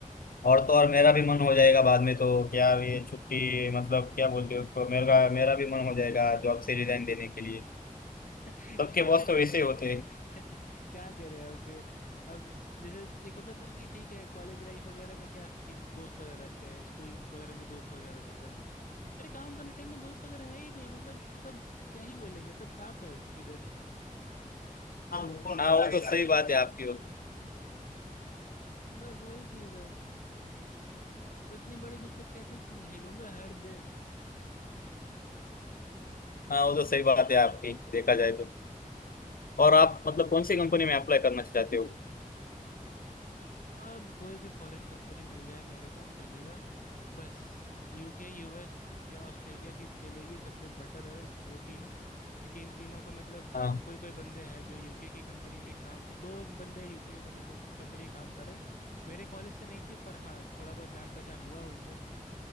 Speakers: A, on the left; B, on the left.
A: और तो और मेरा भी मन हो जाएगा बाद में तो क्या ये छुट्टी मतलब क्या बोलते हो उसको मेरा मेरा भी मन हो जाएगा जॉब से रिजाइन देने के लिए
B: <laughs>
A: सबके
B: क्या
A: बॉस तो वैसे
B: करे
A: ही होते हैं
B: <laughs> क्या करे अब फिर अब जैसे एक होता था ना कि ठीक है कॉलेज लाइफ वगैरह में क्या है कि दोस्त वगैरह रहते हैं स्कूल वगैरह में भी दोस्त वगैरह रहते हैं अरे काम करने टाइम में दोस्त वगैरह है ही नहीं मतलब सब क्या ही बोलेंगे सब सांप है इधर
A: हाँ वो तो सही बात है आपकी वो
B: <laughs> बस वही चीज़ है अब इतनी बड़ी दिक्कत कैसे झेलूंगा हर दिन
A: हाँ वो तो सही बात है आपकी देखा जाए तो और आप मतलब कौन सी कंपनी में अप्लाई करना चाहते हो
B: अब कोई भी फॉरेन कंपनी मिल जाए मेरे को चलेगा बस यूके यूएस या ऑस्ट्रेलिया की चलेगी सबसे बेटर है वो तीन क्योंकि इन तीनों का मतलब
A: हाँ
B: कोई कोई बंदे हैं जो यूके की कंपनी में काम कर दो बंदे यूके वाली ब- कंपनी में काम कर रहे हैं मेरे कॉलेज से नहीं थे पर हाँ थोड़ा बहुत जान पहचान हुआ उनसे